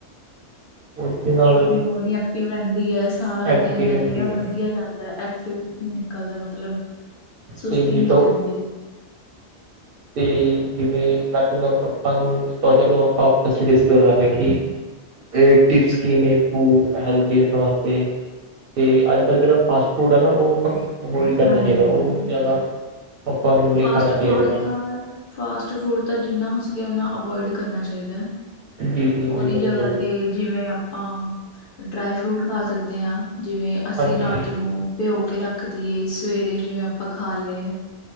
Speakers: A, on the right; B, on the left.
A: ਬ <unintelligible>
B: ਆਪਣੀ ਬੋਡੀ ਐਕਟਿਵ ਰਹਿੰਦੀ ਹੈ, ਸਾਰਾ
A: ਐਕਟਿਵ
B: ਦਿਨ ਹੈ
A: ਰਹਿੰਦੀ
B: ਜਿਹੜਾ ਵਧੀਆ ਜਾਂਦਾ। ਐਕਟਿਵ ਨਿਕਲਦਾ ਮਤਲਬ, ਸੁਸਤੀ
A: ਤੇ ਜਿੱਤੋਂ
B: ਨੀ ਪੈਂਦੀ।
A: ਤੇ ਜਿਵੇਂ ਮੈਂਲ ਆਪਾਂ ਨੂੰ ਤਾਂ ਚਲੋ ਆਪਾਂ ਕਰ ਕਿ <inaudible> ਟਿਪਸ ਕੀ ਨੇ, ਫੂ ਹੈਲਦੀ ਰੱਖਣ ਵਾਸਤੇ। ਤੇ ਅੱਜ ਕੱਲ੍ਹ ਜਿਹੜਾ ਫਾਸਟ ਫੂਡ ਐ ਨਾ, ਉਹ ਆਪ ਉਹੀ ਕਰਨਾ
B: ਹਾਂਜੀ
A: ਚਾਹੀਦਾ, ਉਹਹੀ ਜ਼ਿਆਦਾ ਆਪਾਂ ਨੂੰ ਨਹੀਂ
B: ਫਾਸਟ
A: ਖਾਣਾ ਚਾਹੀਦਾ
B: ਫੂਡ
A: ਹੈ।
B: ਤਾਂ ਫਾਸਟ ਫੂਡ ਤਾਂ ਜਿੰਨਾ ਹੋ ਸਕੇ, ਓਨਾ ਅਵੋਇਡ ਕਰਨਾ ਚਾਹੀਦਾ।
A: ਜੀ ਜੀ
B: ਔਦੀ
A: ਜੀ ਬਿਲਕੁਲ
B: ਜਗ੍ਹਾ ਤੇ ਜਿਵੇਂ ਆਪਾਂ ਡਰਾਈ ਫਰੂਟ ਖਾ ਸਕਦੇ ਹਾਂ, ਜਿਵੇਂ ਅਸੀਂ
A: ਹਾਂਜੀ
B: ਰਾਤ ਨੂੰ ਭਿਉ ਕੇ ਰੱਖ ਤੇ ਸਵੇਰੇ ਜਿਵੇਂ ਆਪਾਂ ਖਾ ਲਏ।